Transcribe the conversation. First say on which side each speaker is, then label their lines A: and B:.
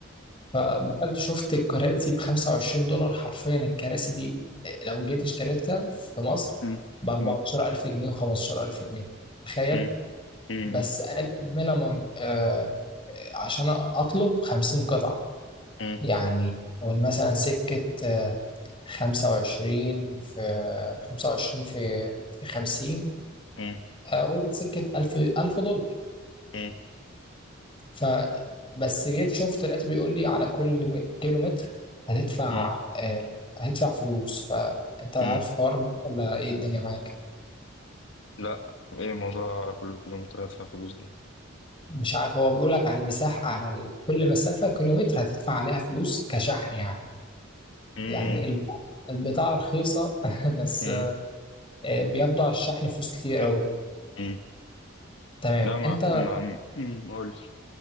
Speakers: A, on the left (about 25°); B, on the left (about 70°).
A: دخلت شفت الكراسي ب 25 دولار حرفيا الكراسي دي آه، لو جيت اشتريتها في مصر
B: مم.
A: ب 14000
B: مم.
A: جنيه و15000 جنيه تخيل
B: مم. مم.
A: بس قال المينيمم آه، آه، عشان اطلب 50 قطعه
B: مم.
A: يعني قول مثلا سكة آه، خمسة وعشرين في خمسة وعشرين في في خمسين
B: مم.
A: أقول سكة ألف ألف دولار
B: مم.
A: ف بس جيت شفت لقيته بيقول لي على كل م- كيلو متر هتدفع
B: مم.
A: آه، هتدفع فلوس فأنت عارف
B: مم.
A: حوار ده ولا إيه الدنيا معاك؟
B: لا ايه الموضوع على كل كيلومتر هدفع فلوس دي
A: مش عارف هو بيقول لك على المساحة على ال- كل مسافة كيلومتر هتدفع عليها فلوس كشحن يعني
B: مم.
A: يعني البضاعة رخيصة <laughs> بس
B: مم.
A: آه، بياخدوا على الشحن فلوس كتير أوي
B: مم.
A: تمام
B: لا ما
A: انت
B: ما مم. قولش